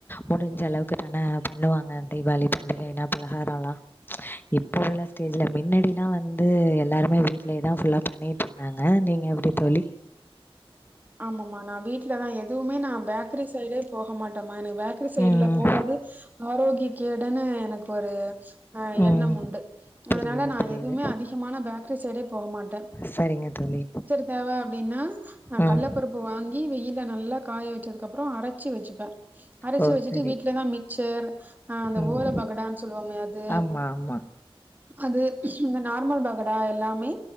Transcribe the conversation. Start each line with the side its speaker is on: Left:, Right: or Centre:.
Left: முடிஞ்ச அளவுக்கு தானே பண்ணுவாங்க தீபாவளி பண்டிகைன்னா பலகாரல்லா இப்ப உள்ள ஸ்டேஜ்ல மின்னடில்லா வந்து எல்லாருமே வீட்லயேதா புல்லா பண்ணி நாங்க நீங்க எப்டி தோழி?
Right: ஆமாமமா நா வீட்ல தா எதுவுமே நா பேக்கரி சைடே போக மாட்டேம்மா எனக் பேக்ரி இரு சைடுல
Left: ம்.
Right: போறது ஆரோக்கிய கேடுன்னு எனக் ஒரு அ
Left: ம்.
Right: எண்ணம் உண்டு
Left: புரியுது,
Right: அதனால நா
Left: புரியுது.
Right: எதுமே அதிகமா பேக்கரி சைடே போக மாட்ட
Left: சரிங்க தோழி
Right: தேவ அப்டின்னா
Left: ம்.
Right: கல்லப்பருப்பு வாங்கி வெயில்ல நல்லா காய வச்சதுக்கப்புறோ அரச்சி வச்சுப்ப அரச்சி
Left: ஓ!
Right: வச்சுட்டு
Left: சரி.
Right: வீட்லதா மிச்சர் அ அந்த
Left: ம்.
Right: ஓல பக்கோடான்னு சொல்வோமே அது
Left: ஆமா, ஆமா
Right: அது இந்த நார்மல் பக்கோடா எல்லாமே